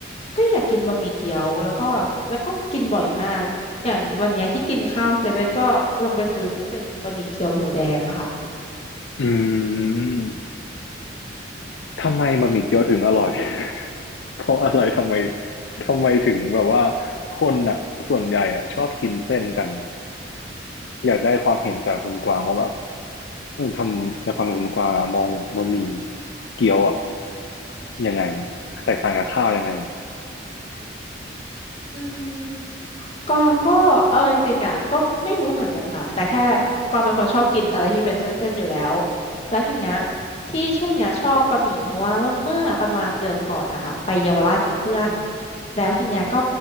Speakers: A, on the left; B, on the left.
A: ก็อยากกินบะหมี่เกี๊ยวแล้วก็แล้วก็กินบ่อยมากอย่างวันเนี้ยที่กินข้าวเซเว่นก็ลงไปซื้อที่เป็นบะหมี่เกี๊ยวหมูแดงอะค่ะ
B: อืมทำไมบะหมี่เกี๊ยวถึงอร่อย <laughs> เพราะอะไรทำไมทำไมถึงแบบว่าคนอ่ะส่วนใหญ่อ่ะชอบกินเส้นกัน อยากได้ความเห็นจากคุณกวางว่าแบบเออทำในความเห็นคุณกวางอะมองบะหมี่เกี๊ยวอะยังไงแตกต่างกับข้าวยังไง
A: อืมกวางก็เอาจริงๆอ่ะก็ไม่รู้เหมือนกันค่ะแต่แค่กวางเป็นคนชอบกินอะไรที่เป็นเส้นๆอยู่แล้วแล้วทีเนี้ยที่ช่วงเนี้ยชอบบะหมี่เพราะว่าเมื่อเมื่อประมาณเดือนก่อนนะคะไปเยาวราชกับเพื่อนแล้วทีเนี้ยก็